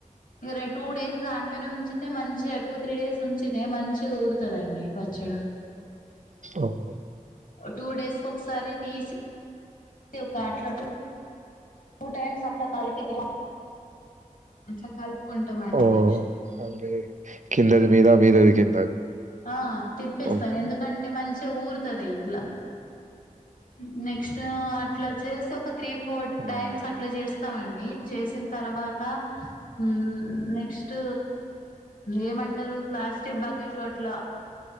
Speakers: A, on the left (about 80°); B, on the right (about 65°).
A: మీ ర్ టూ డేస్ దాంట్లోనే ఉంచి తే మంచిగా టూ త్రీ డేస్ ఉంచి యే మంచిగా ఊరుతదండి ఎ పచ్చడా
B: ఓహ్!
A: టూ డేస్ ఒకసారి తీసి ఒకట్లా <unintelligible> టూ టైమ్స్ అట్లా కలిపితే అట్లా కలుపుకుంటామండి
B: ఓహ్!
A: నెక్స్ట్
B: అండి. కిందది మీద, మీదది కింద.
A: ఆ ఆ తిప్పేస్తాం
B: ఓకే.
A: ఎందుకంటే మంచిగా ఊరుతద్ అదే ఇట్లా ఉమ్ నెక్స్ట్ అట్లా చేసి ఒక త్రీ ఫోర్
B: హ్మ్.
A: టైమ్స్ అట్లా చేస్తామండి చేసిన తర్వాత ఉమ్ నెక్స్ట్ ఏమంటారు ప్లాస్టిక్ బకెట్ లో ట్లా